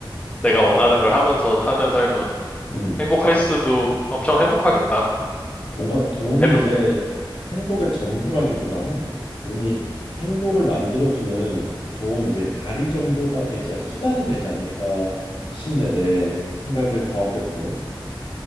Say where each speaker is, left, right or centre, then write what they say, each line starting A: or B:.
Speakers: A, on the left; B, on the left.
A: 내가 원하는 걸 하면서 사는 삶은
B: 음.
A: 행복할 수도 엄청 행복하겠다.
B: 뭔가 돈이
A: 에브.
B: 이제 행복의 전부라기보다는 돈이 행복을 만들어주는 좋은 이제 다리 정도가 되지, 수단이 되지 않을까 싶네, 내 생각을 종합해 보면.